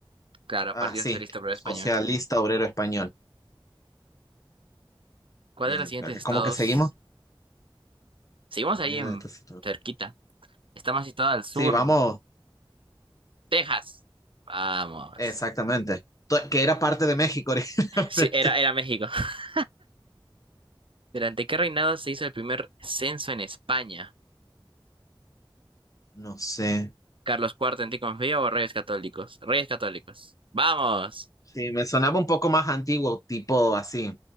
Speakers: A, on the right; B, on the left.
A: claro,
B: Ah,
A: Partido
B: sí.
A: Socialista Obrero
B: Socialista
A: Español.
B: Obrero Español.
A: ¿Cuál
B: Bien,
A: de los siguientes estados?
B: ¿cómo que seguimos?
A: Seguimos ahí
B: Unido
A: en
B: de estos-
A: cerquita. Está más situada al sur.
B: Sí, vamos,
A: Texas. Vamos.
B: exactamente. To- Que era parte de México originalmente.
A: Sí, era, era México. <laughs> ¿Durante qué reinado se hizo el primer censo en España?
B: <laughs> No sé.
A: ¿Carlos Cuarto en ti confío o Reyes Católicos? Reyes Católicos. Vamos.
B: Sí, me sonaba un poco más antiguo, tipo así,